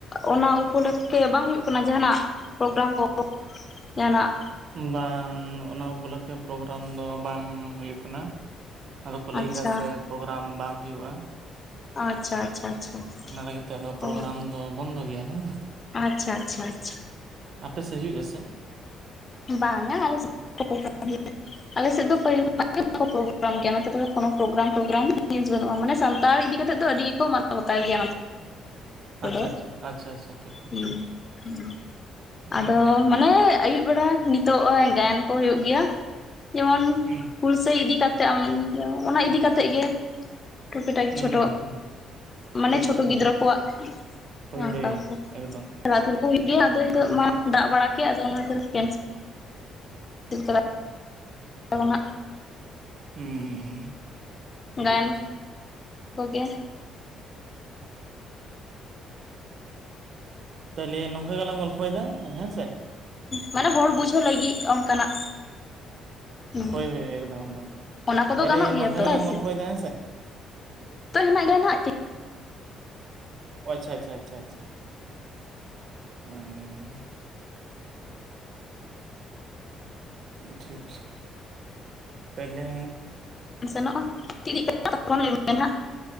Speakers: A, on the left (about 30°); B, on the right (about 55°).
A: ᱚᱱᱟ ᱩᱯᱚᱞᱚᱠᱠᱷᱮ ᱵᱟᱝ ᱦᱩᱭᱩᱜ ᱠᱟᱱᱟ ᱡᱟᱸᱦᱟᱱᱟᱜ ᱯᱨᱳᱜᱨᱟᱢ ᱠᱚ ᱡᱟᱸᱦᱟᱱᱟᱜ᱾
B: ᱵᱟᱝ ᱚᱱᱟ ᱩᱯᱚᱞᱚᱠᱠᱷᱮ ᱯᱨᱳᱜᱨᱟᱢ ᱫᱚ ᱵᱟᱝ ᱦᱩᱭᱩᱜ ᱠᱟᱱᱟ᱾ ᱟᱫᱚ ᱠᱚ ᱞᱟᱹᱭ
A: ᱟᱪᱪᱷᱟ
B: ᱠᱮᱫᱟ ᱥᱮ ᱯᱨᱳᱜᱨᱟᱢ ᱵᱟᱝ ᱦᱩᱭᱩᱜᱼᱟ
A: ᱟᱪᱪᱷᱟ ᱟᱪᱪᱷᱟ ᱟᱪᱪᱷᱟ
B: ᱚᱱᱟ ᱞᱟᱹᱜᱤᱫ ᱛᱮ ᱟᱫᱚ ᱯᱨᱳᱜᱨᱟᱢ
A: ᱚ
B: ᱫᱚ ᱵᱚᱱᱫᱚ ᱜᱮᱭᱟ ᱦᱮᱸ
A: ᱟᱪᱪᱷᱟ ᱟᱪᱪᱷᱟ ᱟᱪᱪᱷᱟ
B: ᱟᱯᱮ ᱥᱮᱫ ᱦᱩᱭᱩᱜ ᱥᱮ
A: ᱵᱟᱝᱟ ᱟᱞᱮ <unintelligible> ᱟᱞᱮ ᱥᱮᱫ ᱫᱚ ᱯᱟᱹᱦᱤᱞᱳ ᱵᱟᱠᱚ ᱯᱨᱳᱜᱨᱟᱢ ᱜᱮᱭᱟ ᱱᱚᱛᱮ ᱠᱳᱱᱳ ᱯᱨᱳᱜᱨᱟᱢ ᱯᱨᱳᱜᱨᱟᱢ ᱱᱤᱡ ᱵᱟᱹᱱᱩᱜᱼᱟ ᱢᱟᱱᱮ ᱥᱟᱱᱛᱟᱲ ᱤᱫᱤ ᱠᱟ ᱠᱟᱛᱮᱮᱫ ᱫᱚ ᱟᱹᱰᱤ ᱜᱮᱠᱚ ᱢᱟᱱᱟᱣ ᱵᱟᱛᱟᱣ ᱜᱮᱭᱟ ᱦᱸ
B: ᱟᱪᱪᱷᱟ ᱟᱪᱪᱷᱟ ᱟᱪᱪᱷᱟ ᱟᱪᱪᱷᱟ ᱴᱷᱤᱠ ᱴᱷᱤᱠ
A: ᱦᱸ
B: ᱴᱷᱤᱠ
A: <inaudible>
B: ᱦᱩᱸ
A: ᱟᱫᱚ ᱢᱟᱱᱮ ᱟᱭᱩᱵ ᱵᱮᱲᱟ ᱱᱤᱛ ᱛᱚ ‌ᱱᱚ -ᱚᱭ ᱜᱟᱭᱟᱱ ᱠᱚ ᱦᱩᱭᱩᱜ ᱜᱮᱭᱟ ᱡᱮᱢᱚᱱ
B: ᱦᱩᱸ
A: ᱦᱩᱞᱥᱟᱹᱭ ᱤᱫᱤ ᱠᱟᱛᱮᱜ ᱚᱱᱟ ᱤᱫᱤ ᱠᱟᱛᱮᱫ ᱜᱮ ᱴᱩᱠᱤ ᱴᱟᱠᱤ
B: ᱦᱩᱸ
A: ᱪᱷᱳᱴᱳ
B: ᱦᱩᱸ ᱦᱩᱸ
A: ᱢᱟᱱᱮ
B: ᱴᱷᱤᱠ
A: ᱪᱷᱳᱴᱳ
B: ᱴᱷᱤᱠ
A: ᱜᱤᱫᱽᱨᱟᱹ ᱠᱚᱣᱟᱜ
B: ᱦᱳᱭ
A: ᱚᱱᱠᱟᱚᱱᱠᱟ
B: ᱦᱳᱭ ᱮᱠᱫᱚᱢ
A: ᱫᱮᱟᱜ ᱫᱩᱞ ᱠᱚ ᱦᱩᱭᱩᱜ ᱜᱮᱭᱟ ᱟᱫᱚ ᱦᱤᱛᱳᱜ
B: ᱦᱩᱸ
A: ᱢᱟ ᱫᱟᱜ ᱵᱟᱲᱟ ᱟᱫᱚ ᱚᱱᱟ <unintelligible> ᱦᱤᱞ ᱠᱟᱱᱟ <inaudible> ᱩᱱᱟᱜ <unintelligible>
B: ᱦᱩᱸ
A: ᱜᱟᱭᱟᱱ
B: ᱴᱷᱤᱠ
A: ᱠᱚᱜᱮ
B: ᱛᱟᱦᱞᱮ ᱱᱚᱝᱠᱟ ᱜᱮᱞᱟᱝ ᱜᱚᱞᱯᱷᱚᱭᱮᱫᱟ ᱦᱮᱸᱥᱮ
A: ᱢᱟᱱᱮ ᱦᱚᱲ ᱵᱩᱡᱷᱟᱹᱣ ᱞᱟᱹᱜᱤᱫ ᱚᱱᱠᱟᱱᱟᱜ ᱦᱮᱸ
B: ᱦᱳᱭ ᱦᱳᱭ ᱮᱠᱫᱚᱢ ᱮᱠᱫᱚᱢ
A: ᱚᱱᱟ ᱠᱚᱫᱚ
B: ᱛᱟᱦᱞᱮ
A: ᱜᱟᱱᱚᱜ ᱜᱮᱭᱟ
B: ᱱᱚᱝᱠᱟ
A: ᱛᱚ
B: ᱜᱮᱞᱟᱝ
A: ᱥᱮ
B: ᱜᱚᱞᱯᱷᱚᱭᱮᱫᱟ ᱦᱮᱸ ᱥᱮ
A: ᱛᱚ ᱦᱮᱱᱟᱜ ᱜᱮᱭᱟ ᱱᱟᱜ
B: ᱟᱪᱷᱟ ᱟᱪᱷᱟ ᱟᱪᱷᱟ ᱟᱪᱷᱟ ᱦᱮᱸ ᱴᱷᱤᱠ ᱛᱟᱭᱞᱮ
A: ᱥᱮᱱᱚᱜᱼᱟ <unintelligible> ᱪᱮᱫᱤᱡ ᱠᱟᱛ ᱯᱷᱳᱱ ᱢᱮ ᱦᱟᱜ